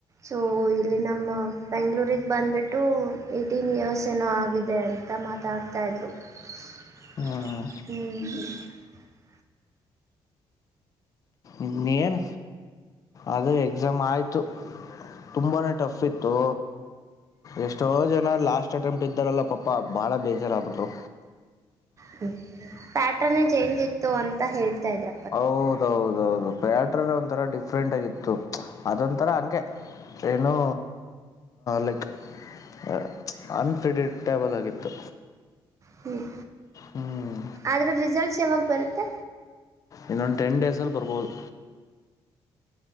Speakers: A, on the right; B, on the left.
A: ಸೊ ಇಲ್ಲಿ ನಮ್ಮ ಬೆಂಗಳೂರಿಗೆ ಬಂದ್ಬಿಟ್ಟು ಏಯ್ಟೀನ್ ಇಯರ್ಸ್ ಏನೋ ಆಗಿದೆ ಅಂತ ಮಾತಾಡ್ತಾಯಿದ್ರು ಹ್ಮ್
B: ಹ್ಮ್ ಇ ಏನ್ ಅದು ಎಕ್ಸಾಮ್ ಆಯ್ತು ತುಂಬಾನೇ ಟಫ್ ಇತ್ತು ಎಷ್ಟೋ ಜನ ಲಾಸ್ಟ್ ಅಟ್ಟೆಂಪ್ಟ್ ದ್ದಾರಲ್ಲ ಪಾಪಾ ಬಾಳ ಬೇಜಾರಗ್ಬಿಟ್ರು
A: ್ಮ ಪ್ಯಾಟ್ರನ್ೇ ಚೇಂಜ್ ಇತ್ತು ಅಂತ ಹೇಳ್ತಾ ಇದ್ರ.
B: ಹೌದೌದೌದು. ಬ್ಯಾಟ್ರರ್ ಒಂಥರ ಡಿಫ್ರೆಂಟಾಗಿಿತ್ತು ಅದೊಂಥರ ಹಗೆ ಏನೂ ಲೈಕ್. ಹ ಅ. ಕ್ರೆಡಿಟೇಬಲ್ ಆಗಿತ್ತು.
A: ಹ್ಮ್
B: ಹ್ಮ್
A: ಆದ್ರೆ ರಿಸಲ್ಟ್. ಯಾವಾಗ ಬರುತ್ತೆ.
B: ಇನ್ನೊಂದು. ಟೆನ್ ಡೇಸಲ್ಲಿ ಬರ್ಬೋದು.